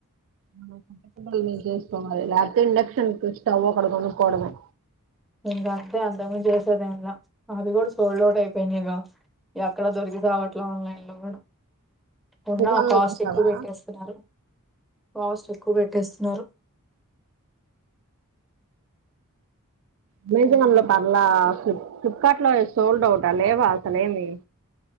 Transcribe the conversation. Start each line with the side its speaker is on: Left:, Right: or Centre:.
Right: <unintelligible> చేసుకోవాలి లేకపోతే ఇండక్షన్ స్టవ్ ఒకటి కొనుక్కోవడమే
Centre: ఇంగ అంతే అంతమించి చేసేదాంలా అదిగూడా సోల్డ్ అవుట్ అయిపోయినాయిగా ఎక్కడా దొరికి సావట్ల ఆన్లైన్ లో గూడా
Right: అమెజాన్
Centre: ఉన్నా కాస్ట్
Right: లో చూసావా
Centre: ఎక్కువ బెట్టేస్తున్నారు కాస్ట్ ఎక్ క్కు బెట్టేస్తున్నారు
Right: అమెజాన్ లో పర్లా ప్లిప్ ఫ్లిప్కార్ట్ లో సోల్డ్ అవుటా లేవా అసలేమి